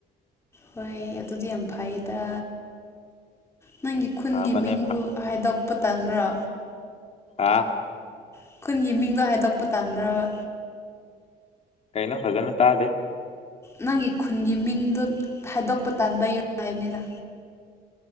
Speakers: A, on the left; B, on the left.
A: ꯍꯣꯏ ꯑꯗꯨꯗꯤ ꯌꯥꯝ ꯐꯩꯌꯦꯗ ꯅꯪꯒꯤ ꯈꯨꯟꯒꯤ
B: ꯐꯕꯅꯦ
A: ꯃꯤꯡꯕꯨ ꯍꯥꯏꯗꯣꯛꯄ ꯇꯝꯕ꯭ꯔꯣ
B: ꯑꯥ
A: ꯈꯨꯈꯟꯒꯤ ꯃꯤꯡꯗꯣ ꯍꯥꯏꯗꯣꯛꯄ ꯇꯝꯗ꯭ꯔꯕ
B: ꯀꯩꯅꯣ ꯐꯖꯅ ꯇꯥꯗꯦ
A: ꯅꯪꯒꯤ ꯈꯨꯟꯒꯤ ꯃꯤꯡꯗꯨ ꯍꯥꯏꯗꯣꯛꯄ ꯇꯥꯟꯕ ꯏꯔ ꯍꯥꯏꯕꯅꯤꯗ